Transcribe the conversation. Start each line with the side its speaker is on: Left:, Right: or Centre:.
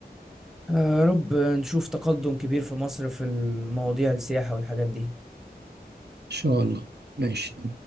Centre: آه، يا رب نشوف تقدم كبير في مصر في المواضيع السياحة والحاجات دي
Right: إن شاء الله ماشي